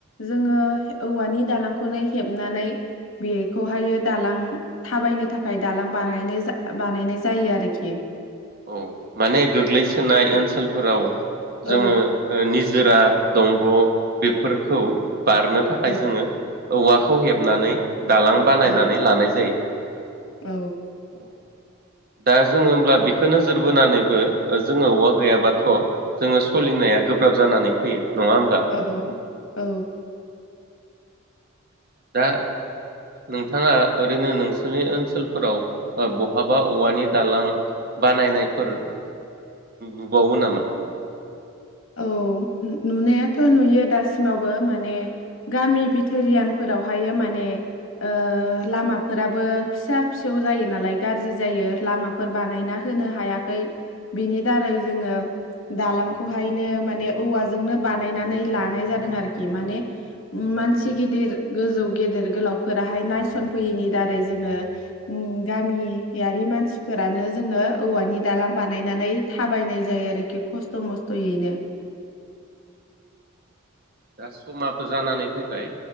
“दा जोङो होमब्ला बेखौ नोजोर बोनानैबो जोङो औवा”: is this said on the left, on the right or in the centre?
Right